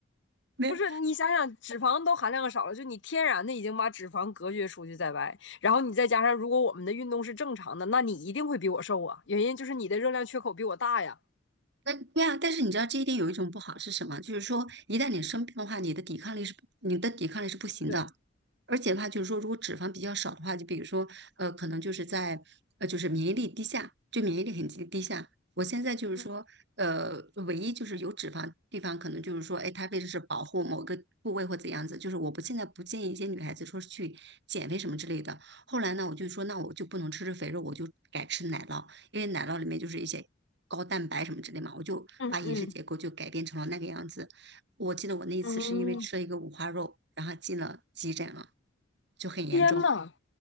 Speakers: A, on the right; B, on the left.
A: <laughs> 没
B: 不是，你想想，脂肪都含量少了，就你天然的已经把脂肪隔绝出去在外，然后你再加上，如果我们的运动是正常的，那你一定会比我瘦啊。原因就是你的热量缺口比我大呀。
A: 那对啊，但是你知道这一点有一种不好是什么？就是说，一旦你生病的话，你的抵抗力是你的抵抗力是不行的。
B: 对，
A: 而且的话，就是说，如果脂肪比较少的话，就比如说，呃，可能就是在呃，就是免疫力低下，就免疫力很低低下。我现在就是说，
B: 嗯
A: 呃，唯一就是有脂肪地方，可能就是说，哎，它为的是保护某个部位或怎样子，就是我不现在不建议一些女孩子说是去减肥什么之类的。后来呢，我就说，那我就不能吃吃肥肉，我就改吃奶酪。因为奶酪里面就是一些高蛋白什么之类嘛，我就把饮食结构就改变成了那个样子。
B: 嗯嗯
A: 我记得我那一次是因为吃了一个五花肉，
B: 嗯，
A: 然后进了急诊了，就很严重，
B: 天呐，